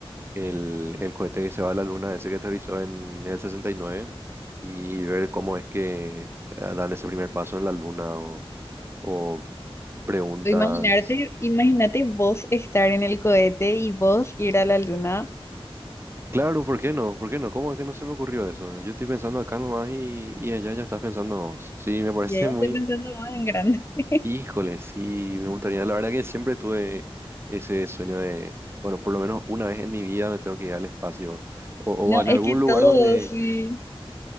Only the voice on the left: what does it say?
Tú Imaginarte, imagínate vos estar en el cohete y vos ir a la luna.
Ya ya
estoy pensando más en grande. <laughs>
No,
es
que
todos,
sí.